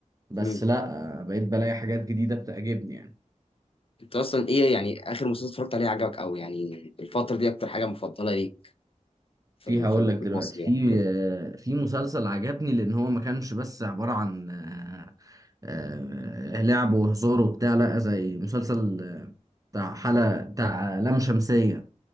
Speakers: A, on the right; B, on the left.
A: بس
B: مم.
A: لا آه، بقيت بلاقي حاجات جديدة بتعجبني يعني
B: انت اصلا ايه يعني اخر مسلسل اتفرجت عليه عجبك قوي يعني الفتره دي اكتر حاجه مفضله ليك في
A: في
B: ال-
A: هقول
B: في ال-
A: لك دلوقتي
B: في المصري
A: في
B: يعني كده
A: آه، في مسلسل عجبني لان هو ما كانش بس عبارة عن آه، آه، لعب وهزار وبتاع لا زي مسلسل آه، بتاع حلقة بتاع لام شمسية